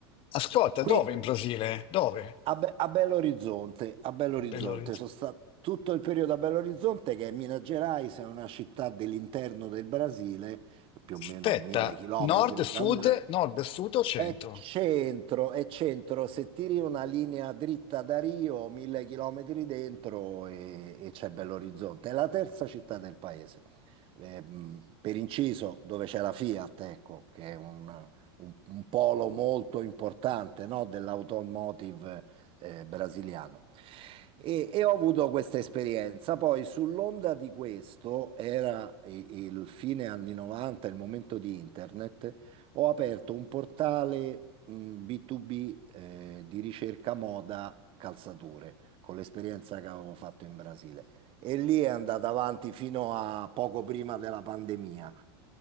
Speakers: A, on the left; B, on the right.
A: Ascolta, dove
B: Qui
A: in Brasile? Dove?
B: A, Be- a Belo Horizonte, a Belo Horizonte,
A: Belo
B: sono stato tutto il periodo a Belo Horizonte che è Minas Gerais, è una città dell'interno del Brasile, più
A: Aspetta,
B: o meno mille chilometri
A: nord,
B: dal
A: sud,
B: mare.
A: nord, sud o
B: È
A: centro?
B: centro, è centro, se tiri una linea dritta da Rio, mille chilometri dentro e, e c'è Bell'Orizzonte. È la terza città del paese. Ehm, per inciso, dove c'è la Fiat, ecco, che è un, un- un polo molto importante, no, dell'automotive eh, brasiliano. E, e ho avuto questa esperienza. Poi, sull'onda di questo, era i- il fine anni 90, il momento di internet. Ho aperto un portale mh, B2B eh, di ricerca moda calzature con l'esperienza che avevo fatto in Brasile e lì è andata avanti fino a poco prima della pandemia.